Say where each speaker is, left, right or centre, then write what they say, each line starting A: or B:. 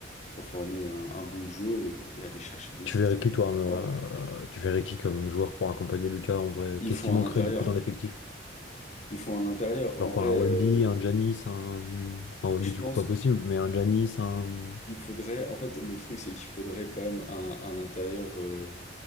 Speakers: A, on the left; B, on the left.
A: pour former un, un bon duo et, et aller chercher des
B: Tu
A: titres.
B: verrais qui, toi, euh,
A: Ouais. ouais.
B: tu verrais qui comme joueur pour accompagner Lucas en vrai?
A: Il
B: Qu'est-ce
A: faut
B: qui manquerait
A: un intérieur.
B: du coup dans l'effectif?
A: Il faut un intérieur.
B: Genre
A: En vrai,
B: quoi, un Wemby,
A: euh,
B: un Giannis, un. Enfin, Wemby,
A: je
B: du
A: pense
B: coup, pas possible, mais un Giannis, un.
A: il faudrait. En fait, le truc, c'est qu'il faudrait quand même un, un intérieur euh,